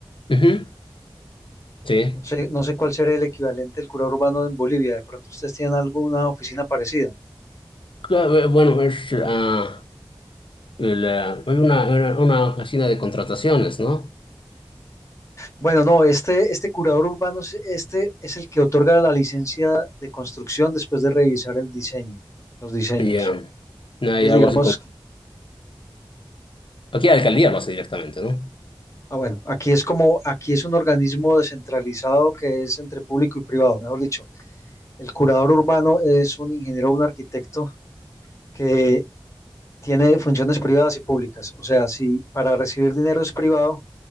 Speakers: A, on the left (about 70°); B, on the left (about 35°).
A: Ujú, Sí.
B: No sé, no sé cuál será el equivalente del curador urbano en Bolivia. De pronto ustedes tienen alguna oficina parecida.
A: Claro, eh, bueno, es, ah, la- hay una, una, una oficina de contrataciones, ¿no?
B: Bueno, no, este, este curador urbano, es- este es el que otorga la licencia de construcción después de revisar el diseño, los diseños.
A: Y ah, hay
B: Entonces,
A: algo
B: digamos
A: así como... Aquí la alcaldía lo hace directamente, ¿no?
B: Ah, bueno, aquí es como, aquí es un organismo descentralizado que es entre público y privado, mejor dicho. El curador urbano es un ingeniero o un arquitecto que tiene funciones privadas y públicas. O sea, si para recibir dinero es privado,